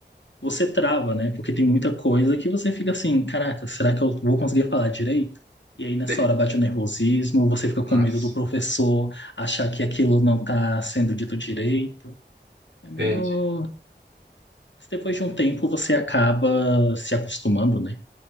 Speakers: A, on the left (about 80°); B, on the right (about 75°).
A: você trava, né? Porque tem muita coisa que você fica assim, caraca, será que eu vou conseguir falar direito? E aí nessa
B: Tem-
A: hora bate o nervosismo, você fica com
B: Nossa,
A: medo do professor achar que aquilo não tá sendo dito direito. É meio...
B: entendi.
A: Depois de um tempo você acaba se acostumando, né?